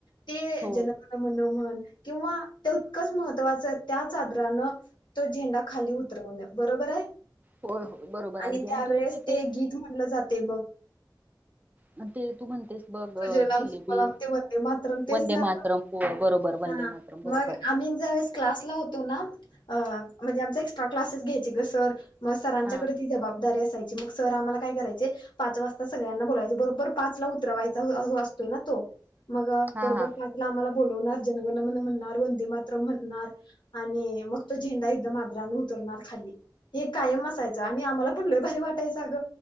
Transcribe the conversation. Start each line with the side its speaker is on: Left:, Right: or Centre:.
Left: ते
Right: हो
Left: जन गण मन् म्हण किंवा ते इतकंच महत्त्वाचं, त्या चादरानं तो झेंडा खाली उतरवणं. बरोबर हाय.
Right: होय. हो बरोबर
Left: आणि
Right: अगदी
Left: त्यावेळेस
Right: तुला माहितीय
Left: ते गीत म्हणलं जाते बघ.
Right: म ते तू म्हणतेस, बघ अ,
Left: सुजलाम
Right: जिलेबी
Left: सुफलाम ते वंदे मातरम तेच
Right: वंदे
Left: ना
Right: मातरम
Left: ग?
Right: हो बरोबर वंदे
Left: हा
Right: मातरम बरोबर
Left: मग आम्ही ज्यावेेळेस क्लासला होतो ना, अ म्हणजे आमच एक्स्ट्रा क्लासेस घ्यायचे ग सर. म सरांच्याकडे
Right: हा
Left: ती जबाबदारी असाय- सर आम्हाला काय कराय पाच वाजता सगळ्यांना बोयच बरोबर पाच ला उतरवायचा असतोय ना तो.. मग
Right: हा
Left: बरोबर
Right: हा
Left: पाचला आम्हाला बोलवणार म्हण वे मात म्हणणार आणि मग तो झेंडा एक आदरा उतरणार खाली हे कायम असायच आणि आम्हाला पण ल भारी वाटायच अग